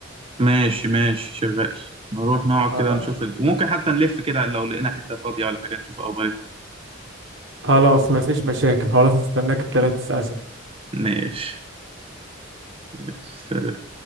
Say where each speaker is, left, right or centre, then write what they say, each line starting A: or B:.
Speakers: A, on the right (about 30°); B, on the right (about 70°).
A: ماشي ماشي شغال نروح نقعد
B: اه
A: كده نشوف ال... وممكن حتى نلف كده لو لقينا حته فاضيه ولا حاجه نشوف اخبار إيه.
B: خلاص مفيش مشاكل خلاص استناك التلاتة الساعة ستة
A: ماشي <laughs> سلام